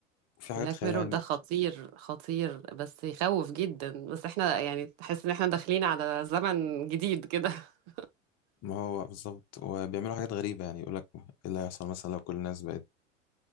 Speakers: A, on the left; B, on the right.
A: وفي حاجات
B: بلاك
A: خيال
B: ميرور
A: علمي
B: ده
A: كت-
B: خطير خطير بس يخوف جدا بس احنا يعني تحس ان احنا داخلين على زمن جديد كده <laughs>
A: ما هو بالظبط وبيعملوا حاجات غريبه يعني يقول لك ايه اللي هيحصل مثلا لو كل الناس بقت